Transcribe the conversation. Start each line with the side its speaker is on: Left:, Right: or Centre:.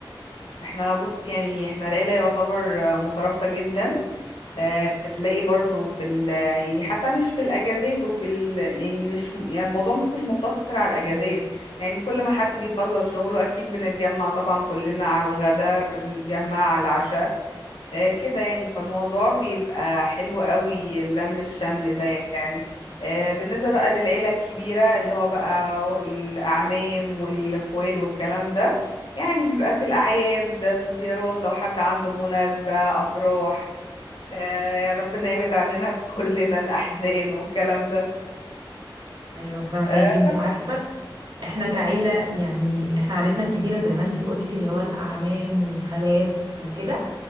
Left: احنا بص يعني احنا العيلة يعتبر آه، مترابطة جدا آه تلاقي برضو في ال يعني حتى مش في الاجازات وفي ال يعني مش يعني الموضوع مش مقتصر على الاجازات يعني كل ما حد بيخلص شغله اكيد بنتجمع طبعا كلنا على الغداء بنتجمع على العشاء آه، كده يعني فالموضوع بيبقى حلو قوي اللم الشمل ده يعني آه، بالنسبة بقى للعيلة الكبيرة اللي هو بقى الأعمام والأخوال والكلام ده يعني بيبقى في الأعياد في الزيارات لو حد عنده مناسبة أفراح آه، ربنا يبعد عننا <laughs> كلنا الأحزان والكلام ده
Right: ايوه فهماكي
Left: آه،
Right: انت عارفه احنا كعيله يعني احنا عيلتنا الكبيره زي ما انت قلتي اللي هو الاعمام والخالات وكده